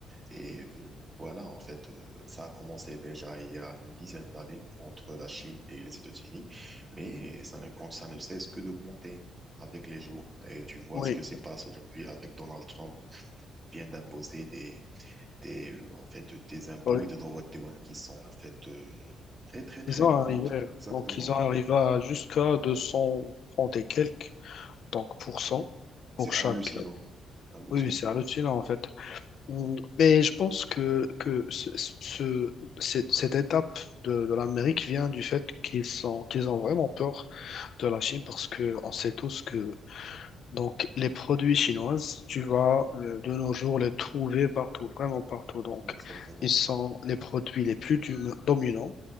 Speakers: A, on the right (about 30°); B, on the left (about 65°).
A: Et euh, voilà, en fait, euh, ça a commencé déjà il y a une dizaine d'années entre la Chine et les États-Unis, mais ça ne compte, ça ne cesse que d'augmenter avec les jours. Et tu vois
B: Oui,
A: ce que se passe aujourd'hui avec Donald Trump Il vient d'imposer des, des, euh, en fait, des impôts
B: oui.
A: et des droits de douane qui sont en fait euh, très très très
B: Ils ont
A: grandes.
B: arrivé,
A: Exactement.
B: donc ils ont arrivé à jusqu'à deux cents trente et quelques, donc pour cent
A: C'est
B: pour chaque.
A: hallucinant, hallucinant.
B: Oui, oui, c'est hallucinant en fait. Mm, Mais je pense que, que ce, ce- cette, cette étape de, de l'Amérique vient du fait qu'ils sont, qu'ils ont vraiment peur de la Chine parce que on sait tous que donc, les produits chinoises, tu vas euh, de nos jours les trouver partout, vraiment partout. Donc,
A: Exactement,
B: ils sont les produits les plus dum- dominants,